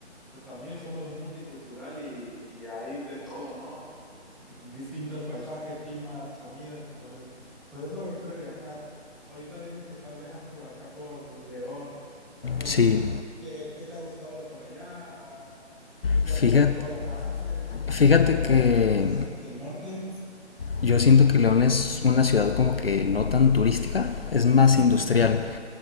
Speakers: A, in the centre; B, on the left.
A: pues también somos multicultural y, y hay de todo, ¿no? Mm, Distintos paisajes, climas, comidas, entonces, pues es lo bonito de viajar. Ahorita dices que estás viajando por acá por León, entonces,
B: Sí.
A: ¿qué, qué te ha gustado de por allá? Ah, ¿Ya
B: Fíjate,
A: te había tocado viajar antes? ¿Conocías
B: fíjate
A: por acá
B: que
A: el, cen- el norte?
B: Yo siento que León es una ciudad como que no tan turística, es más
A: Ujú,
B: industrial.